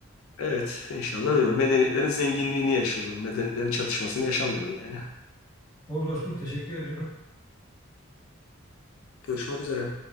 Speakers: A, on the left (about 75°); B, on the left (about 15°).
A: Evet, inşallah öyle. olur. Medeniyetlerin zenginliğini yaşayalım. Medeniyetlerin çatışmasını yaşamayalım yani.
B: Ol dostum teşekkür ediyorum.
A: Görüşmek üzere.